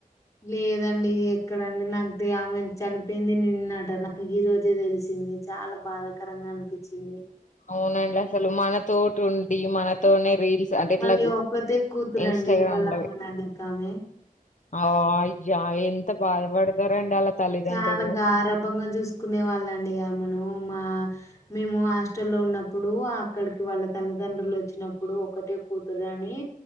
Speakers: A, on the left; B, on the left.
A: లేదండి ఎక్కడండి నాకు <unintelligible> అపోయింది నిన్నట నాకు ఈ రోజే తెలిసింది చాలా బాధాకరంగా అనిపించింది
B: అవునండి అసలు మనతోటి ఉండి మనతోనే రీల్ అంటే ఇట్ల
A: మళ్ళీ ఒక్కతే కూతురండి
B: ఇన్స్టాగ్రామ్
A: వాళ్ళ
B: లో
A: అమ్మ నాన్నకామె.
B: ఆ అయ్యా ఎంత బాధపడతారండి అలా తల్లిదండ్రులు
A: చాల గారభంగ చూసుకునే వాళ్ళండి ఆమను మా మేము హాస్టల్లో ఉన్నప్పుడు అక్కడికి వాళ్ళ తల్లిదండ్రులు వచ్చినప్పుడు ఒకటే కుతురనీ